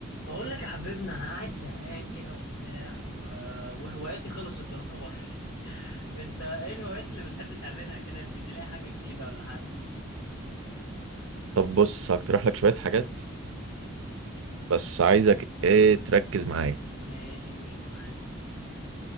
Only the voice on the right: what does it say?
طب بص هقترح لك شوية حاجات بس عايزك ايه تركز معايا